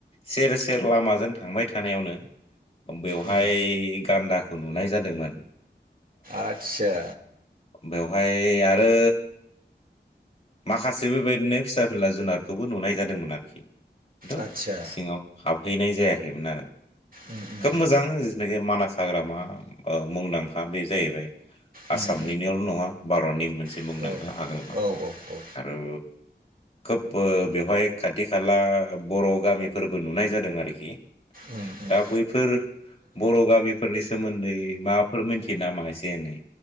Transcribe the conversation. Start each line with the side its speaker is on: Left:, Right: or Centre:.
Left: सेर सेर लामाजों थांबाय थानायावनो बेवहाय
Right: उम
Left: गान्दाखौ नुनाय जादोंमोन
Right: आदसा
Left: बेवहाय आरो माखासे बेबायदिनो फिसा फिला जुनारखौबो नुनाय जादोंमोन आरोखि खिन्थु
Right: आदसा
Left: सिङाव हाबहैनाय जायाखैमोन आरो
Right: उम उम
Left: खोब मोजां जिनाखि मानास हाग्रामा मुंदांखा बे जाहैबाय
Right: उम
Left: आसामनिनोल'
Right: उम
Left: नङा भारतनि मोनसे
Right: उम
Left: मुंदांखा हाग्रामा
Right: औ औ औ
Left: आरो खोब बेवहाय खाथि खाला बर' गामिफोरबो नुनाय जादों आरोखि
Right: उम उम
Left: दा बैफोर बर' गामिफोरनि सोमोन्दै माबाफोर मिथियो नामा एसे एनै